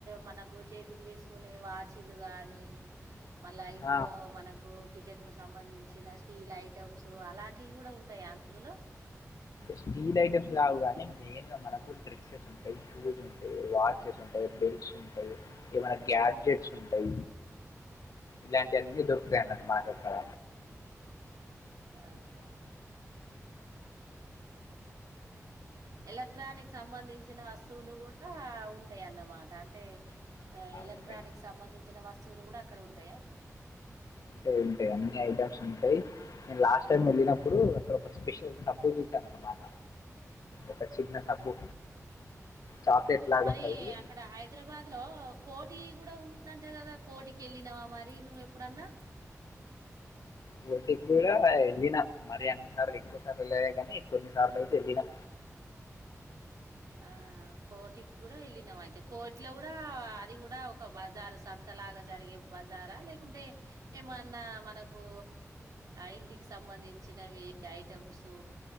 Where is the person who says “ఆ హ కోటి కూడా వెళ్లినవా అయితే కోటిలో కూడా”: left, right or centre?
Right